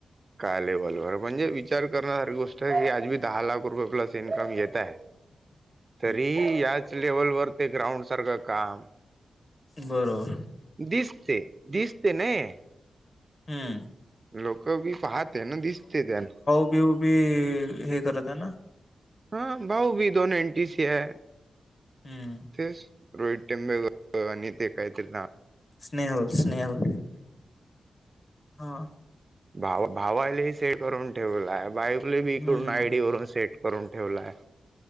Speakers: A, on the right (about 35°); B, on the left (about 40°).
A: काय लेवलवर म्हणजे विचार करण्यासारखी गोष्ट आहे की आज मी दहा लाख रुपये प्लस इनकम घेत आहे.
B: <inaudible>
A: तरीही याच लेवलवरर ते ग्राउंड सारखं काम.
B: बरोबर.
A: दिसते दिसते नाही.
B: हम्म.
A: लोक बी पाहते ना दिसते त्याना.
B: उभी उभी हे करत आहे ना.
A: हा भाऊ भी दोनो एनटी सी आहे.
B: हम्म.
A: तेच रोहित टेंबेकर आणि ते काहीत ना.
B: स्नेहल स्नेहल हा. <inaudible>
A: भावा भावालाही सेट करून ठेवलाय बायकले बी
B: हम्म
A: करून आयडी वरून सेट. करून ठेवलं आहे.